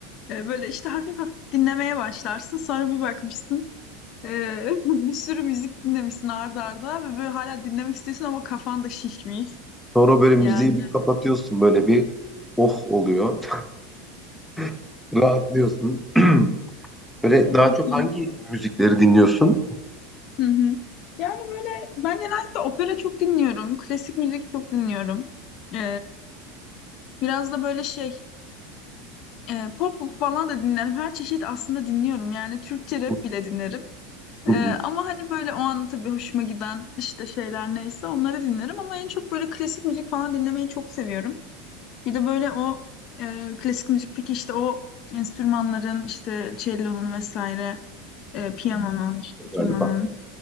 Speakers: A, on the left; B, in the centre.
A: e, böyle işte hafif hafif dinlemeye başlarsın. Sonra bir bakmışsın e, <laughs> bir sürü müzik dinlemişsin arda arda ve böyle hala dinlemek istiyorsun ama kafan da şişmiş.
B: Sonra böyle müziği
A: Yani
B: bir kapatıyorsun böyle bir oh oluyor. <laughs> Rahatlıyorsun. <clears throat> Böyle
A: evet
B: daha çok
A: değil.
B: hangi müzikleri dinliyorsun?
A: Hı hı. Yani böyle ben genellikle opera çok dinliyorum. Klasik müzik çok dinliyorum. E, biraz da böyle şey e, pop falan da dinlerim. Her çeşit aslında dinliyorum. Yani Türkçe rap
B: <laughs> Hı
A: bile dinlerim. Ee,
B: hı,
A: ama hani böyle o an tabii hoşuma giden işte şeyler neyse onları dinlerim ama en çok böyle klasik müzik falan dinlemeyi çok seviyorum. Bir de böyle o e, klasik müzikteki işte o enstrümanların işte cellonun vesaire, e, piyanonun, işte kemanın
B: galiba.